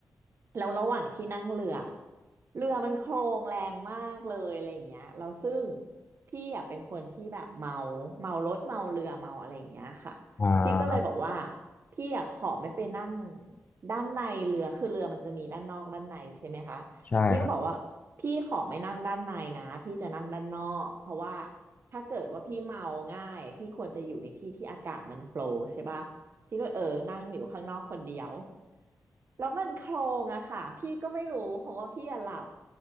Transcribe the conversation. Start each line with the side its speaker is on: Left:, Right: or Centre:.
Right: แล้วระหว่างที่นั่งเรือเรือมันโคลงแรงมากเลยอะไรอย่างเงี้ยแล้วซึ่งพี่อ่ะเป็นคนที่แบบเมาเมารถเมาเรือเมาอะไรอย่างเงี้ยค่ะพี่ก็เลยบอกว่า
Left: อ่า
Right: พี่อยากขอไม่ไปนั่งด้านในเรือคือเรือมันจะมีด้านนอกด้านในใช่ไหมคะ
Left: ใช่ครับ
Right: พี่ก็บอกว่าพี่ขอไม่นั่งด้านในนะพี่จะนั่งด้านนอกเพราะว่าถ้าเกิดว่าพี่เมาง่ายพี่ควรจะอยู่ในที่ที่อากาศมันโฟลว์ใช่ปะพี่ก็เออนั่งอยู่ข้างนอกคนเดียวแล้วมันโคลงอะค่ะพี่ก็ไม่รู้เพราะว่าพี่อะหลับ